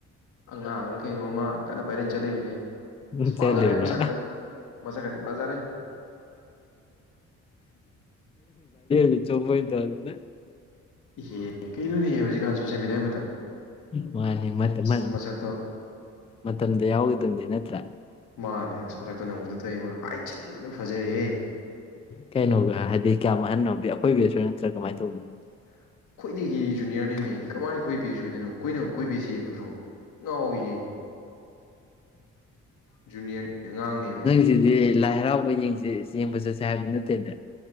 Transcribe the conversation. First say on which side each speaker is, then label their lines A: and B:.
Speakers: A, on the left; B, on the left.
A: ꯑꯉꯥꯡ ꯈꯔ ꯀꯩꯅꯣꯝꯃ ꯀꯟꯅ ꯚꯥꯏꯔꯦꯟ ꯆꯠꯂꯛꯏꯕꯅꯦ
B: ꯎꯝ
A: ꯑꯁ
B: ꯆꯠꯂꯤꯕ꯭ꯔꯥ
A: ꯄꯥꯖꯔꯦ ꯃꯆꯥ ꯈꯇꯤ ꯃꯆꯥ ꯈꯥꯇꯤ ꯄꯥꯖꯔꯦ
B: ꯔꯤ ꯆꯣꯄ ꯍꯣꯏꯠꯇ ꯑꯗꯨꯅ
A: ꯑꯦꯍ ꯀꯩꯅꯣꯅꯦꯍ ꯍꯧꯖꯤꯛꯀꯥꯟ ꯁꯣꯁꯦꯜ ꯃꯦꯗꯤꯌꯥ
B: ꯃꯥꯅꯤ ꯃ ꯃ
A: ꯃꯁꯛꯇꯣ
B: ꯃꯗ ꯌꯥꯎꯗꯗ ꯅꯠꯇ
A: ꯃꯥꯅꯦ ꯑꯁ ꯃꯁꯛꯇꯣ ꯅꯪꯉꯣꯟꯗ ꯇꯧꯔꯤꯕ ꯐꯖꯔꯦꯍꯦ
B: ꯀꯩꯅꯣꯒ ꯍꯥꯏꯗꯤ ꯀꯌꯥꯝ ꯃꯥꯟꯍꯟꯅꯣ ꯑꯩꯈꯣꯏꯕꯤꯁꯨ ꯅꯠꯇ꯭ꯔꯥ ꯀꯃꯥꯏꯅ ꯇꯧꯕꯅꯣ
A: ꯑꯩꯈꯣꯏꯗꯒꯤ ꯖꯨꯅꯤꯌꯔꯅꯦꯦꯝꯃꯤ ꯀꯃꯥꯏꯅꯈꯣꯏ ꯕꯦꯁ ꯑꯣꯏꯗꯣꯏꯅꯣ ꯀꯣꯏꯅ ꯑꯩꯣꯏ ꯕꯦꯁ ꯌꯦꯡꯒꯗ꯭ꯔꯣ ꯉꯥꯎꯏꯍꯦ ꯖꯨꯅꯤꯌꯔꯅꯤ ꯑꯉꯥꯡꯅꯦꯃꯦ
B: ꯁꯤꯗꯤ ꯍꯔꯥꯎꯕ ꯌꯦꯡꯁꯦ ꯌꯦꯡꯕ ꯆꯠꯁꯦ ꯍꯥꯏꯕ ꯅꯠꯇꯦꯅꯦ